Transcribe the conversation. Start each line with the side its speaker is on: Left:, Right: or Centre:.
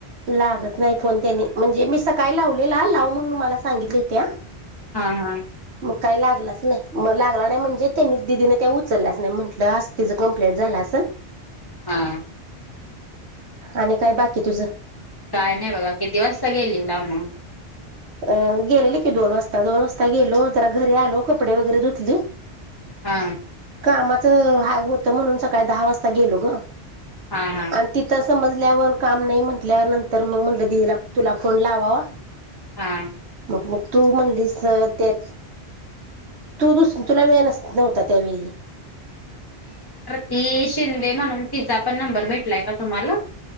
Right: लागत नाही फोन त्याने म्हणजे मी सकाळी लावलेला लाव म्हणून मला सांगितले होत्या.
Left: हा हा
Right: मग काय लागलाच नाही म लागला नाही म्हणजे त्यांनी दिदीन त्या उचलल्याच नाही म्हटलं तिचं कंप्लेंट झाला अस
Left: हा
Right: आणि काय बाकी तुझं?
Left: काय नाही बघा, किती वाजता गेलीला मग?
Right: अं गेलेले की दोन वाजता दोन वाजता गेलो, जरा घरी आलो कपडे वगैरे धुतली
Left: हा
Right: कामाचं ह होत म्हणून सकाळी दहा वाजता गेलो ग
Left: हा हा
Right: आणि तिथं समज ल्यावर काम नाही म्हटल्यावर नंतर मग म्हटलं दिदीला तुला फोन लावावा.
Left: हा
Right: मग तू म्हणलीस त्या तू दुस तुला वेळ नस नव्हता त्यावेळी
Left: ती शिंदे म्हणून तिचा पण नंबर भेटलाय का तुम्हाला